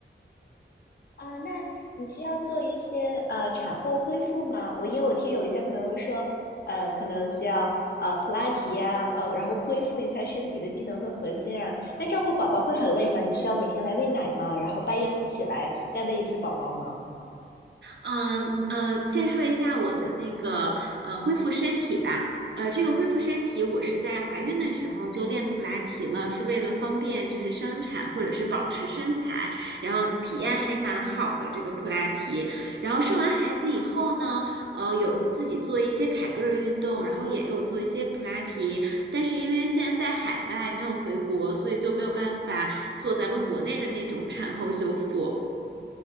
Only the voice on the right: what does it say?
嗯呃，先说一下我的那个呃恢复身体吧。呃，这个恢复身体，我是在怀孕的时候就练普拉提了，是为了方便就是生产或者是保持身材，然后体验还蛮好的这个普拉提。然后生完孩子以后呢，呃，有自己做一些凯格尔运动，然后也有做一些普拉提，但是因为现在在海外没有回国，所以就没有办法做咱们国内的那种产后修复。